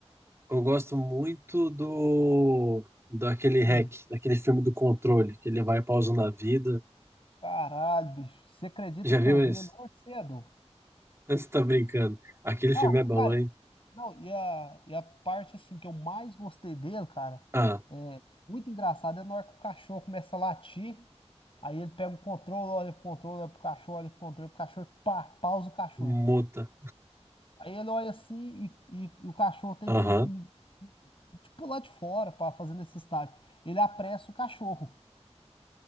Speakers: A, on the right; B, on the left.
A: Eu gosto muito do daquele
B: Hum,
A: hack, daquele filme do controle, que ele vai pausando a vida.
B: caralho, bicho. Você acredita
A: Já
B: que
A: viu
B: eu vi
A: esse?
B: ele mais cedo?
A: <laughs> Você tá brincando. Aquele
B: Não,
A: filme é bom,
B: cara,
A: hein?
B: não, e a, e a parte assim que eu mais gostei dele, cara,
A: Ah,
B: é muito engraçado, é na hora que o cachorro começa a latir, aí ele pega o controle, olha pro controle, olha pro cachorro, olha pro controle, pro cachorro, e pá, pausa o cachorro.
A: muta.
B: Aí ele olha assim e, e- e o cachorro tem
A: Aham.
B: que em- tipo, pular de fora para fazer nesse estágio. Ele apressa o cachorro.